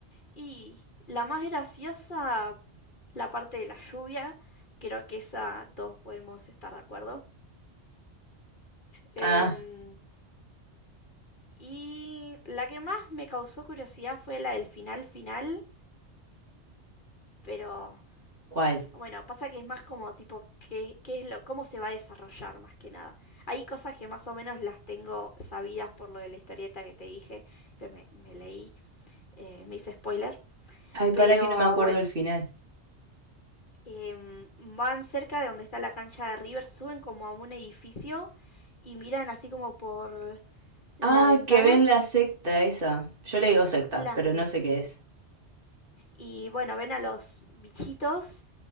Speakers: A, on the left; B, on the right.
A: Y la más graciosa, la parte de la lluvia, creo que esa todos podemos estar de acuerdo. Em,
B: Ah,
A: y la que más me causó curiosidad fue la del final final, pero
B: ¿cuál?
A: bueno, pasa que es más como tipo qué, qué es lo, cómo se va a desarrollar más que nada. Hay cosas que más o menos las tengo sabidas por lo de la historieta que te dije, que me, me leí, eh, me hice spoiler,
B: Ay,
A: pero
B: para que no me acuerdo
A: bueno.
B: el final.
A: Em, van cerca de donde está la cancha de River, suben como a un edificio y miran así como por la
B: Ah,
A: ventana.
B: que ven la secta esa. Yo le digo secta,
A: Claro.
B: pero no sé qué es.
A: Y bueno, ven a los bichitos